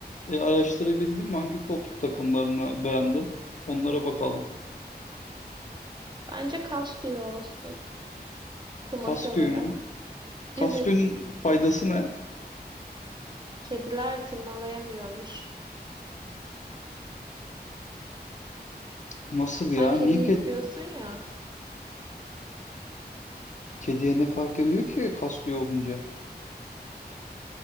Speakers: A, on the left; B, on the right.
A: E, araştırabildin mi? Hangi koltuk takımlarını beğendin? Onlara bakalım.
B: Bence kas tüyü olsun kumaş
A: Kastümü.
B: olarak. <laughs>
A: Kastümün
B: Evet,
A: faydası ne?
B: kediler tırmalayamıyormuş.
A: Nasıl
B: Sen
A: ya?
B: kedi
A: Niye
B: istiyorsun
A: ke-
B: ya.
A: kediye ne fark ediyor ki kastüyü olunca?